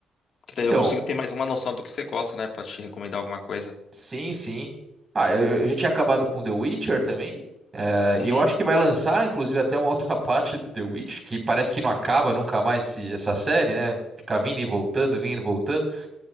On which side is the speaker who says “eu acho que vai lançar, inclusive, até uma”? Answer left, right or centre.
Right